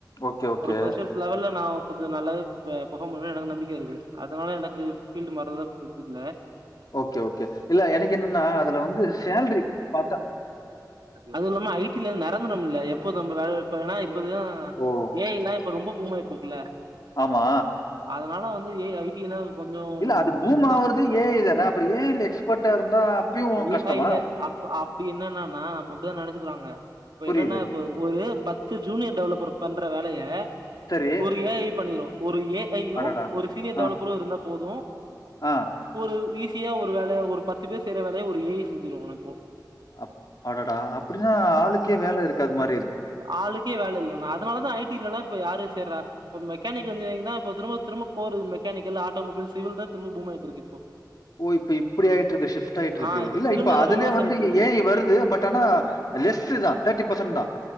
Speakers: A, on the left; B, on the right.
A: ஓகே, ஓகே.
B: ஒரு ஃபெரஷெர்ச் லெவல் ந கொஞ்சம் நல்லாவ பர்பார்ம் பண்ண எனக்கு நம்பிக்கை இருக்கு அதனால எனக்கு ஃபீல்டு மரதா பிரச இல்ல
A: ஓகே ஓகே இல்ல எனக்கு என்னன்னா அதுல வந்து சேல்ரி பாத்த
B: அது இல்லாம ஐ டி டில நிரந்தரம் இல்ல எப்போ நம்ம வேல வப்பன இ பதுதா
A: ஓ!
B: ஏ ஐ எல்லாம் இப்ப ரொம்ப பூம் ஆட்டு கல
A: ஆமா
B: அதனால வந்து ஏ ஐ டி லாம் கொஞ்சம்
A: இல்ல அது பூம்
B: ரிஸ்க் தான்
A: ஆவறது ஏஐ தானே அப்புறம் ஏஐல எக்ஸ்பர்ட்டா இருந்தா அப்பயும்
B: ஏ
A: கஷ்டமா?
B: ஐ ல அ அப்படி என்னன்னன்னா நம்ம அப்படிதா நினசுக்கிறாங்க இப்ப
A: புரியுது.
B: என்னன்னா இப்ப ஒரு பத்து ஜூனியர் டெவலப்பர் பண்ணுற வேலையை
A: சரி.
B: ஒரு ஏ ஐ பண்ணிரும் ஒரு ஏ ஐயும்
A: அடடா!
B: ஒரு சீனியர் டெவலப்பரும்
A: ஆ,
B: இருந்தா போதும்
A: ஆ.
B: ஒரு விசி ஈசியா ஒரு வேலைய ஒரு பத்து பேர் செய்யற வேலைய ஒரு ஏ ஐ செஞ்சிரும் இப்போ
A: அப் ஆடடா அ அப்படின்னா ஆளுக்கே வேல இருக்கு <unintelligible>
B: ஆளுக்கே வேல இல்லைன்னா அதனாலதா ஐ டிலலா எல்லாம் இப்ப யாரரு சேருரா மெக்கானிக்கல் இன்ஜினியரிங் தான் இப்ப திரும்ப திரும்ப கோ மெக்கிக்கல் ஆட்டோமொபைல் சிவில் தான் திரும்ப பூம் ஆயிட்டு இருக்கு இப்போ
A: ஓ இப்ப இப்படி ஆயிட்டு இருக்கு ஷிப்ட் ஆயிட்டு இருக்கு
B: ஆ
A: இல்ல
B: திரும்ப
A: இப்ப அதுலே
B: ரிவர்ஸ்
A: வந்து
B: ஆயிட்ருக்கு
A: ஏ வருது பட் ஆனா லெஸ்சு தான் தேர்ட்டி பர்சன் தான்.